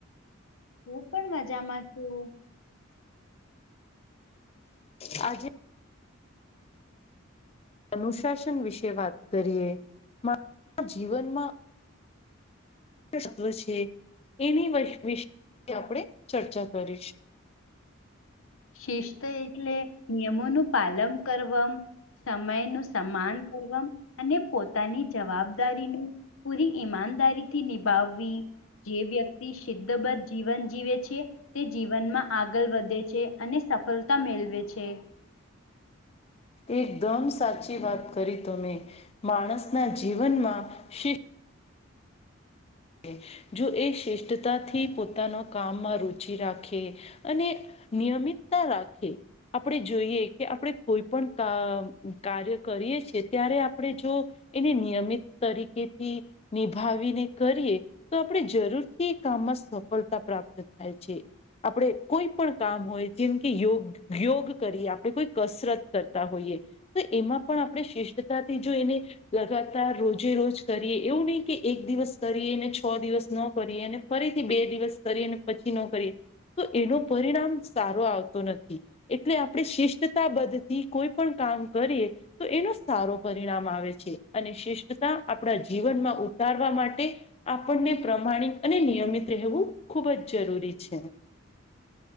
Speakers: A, on the left; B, on the left.
A: હું પણ મજામાં છું.
B: <inaudible> આજે <inaudible> અનુશાસન વિશે વાત કરીએ મા જીવનમાં તત્વ છે એની વી વિશે આપણે ચર્ચા કરીશું.
A: શિસ્ત એટલે નિયમોનું પાલન કરવ સમય નું સન્માન કરવા અને પોતાની જવાબદારીનું પૂરી ઈમાનદારી થી નિભાવવી જે વ્યક્તિ સિદ્ધબદ્ધ જીવન જીવે છે તે જીવનમાં આગળ વધે છે. છે અને સફળતા મેળવે છે.
B: એકદમ સાચી વાત કરી તમે માણસના જીવનમાં સી છે જો એ શ્રેષ્ઠતાથી પોતાના કામમાં રુચિ રાખે અને નીયમિતતા રાખે આપણે જોઈએ કે આપણે કોઈ પણ અ કાર્ય કરીએ છીએ ત્યારે આપણે જો એને નિયમિત તરીકેથી નિભાવીને કરીએ તો આપણે જરૂરથી એ કામમાં સફળતા પ્રાપ્ત થાય છે. આપણે કોઈ પણ કામ હોય જેમ કે યોગ યોગ કરીએ આપણે કોઈ કસરત કરતા હોઈએ તો એમાં પણ આપણે શિષ્ટતાથી જો એને લગાતાર રોજે રોજ કરીએ એવું નહી કે એક દિવસ કરીને છો દિવસ ન કરીએને ફરીથી બે દિવસ કરી અને પછી ન કરીએ. તો એનો પરિણામ સારો આવતો નથી. એટલે આપણે શિષ્ટતા બદ્ધથી કોઈ પણ કામ કરીએ તો એનો સારો પરિણામ આવે છે અને શિષ્ટતા આપણા જીવનમાં ઉતારવા માટે આપણને પ્રમાણિત અને નિયમિત રહેવું ખૂબ જ જરૂરી છે.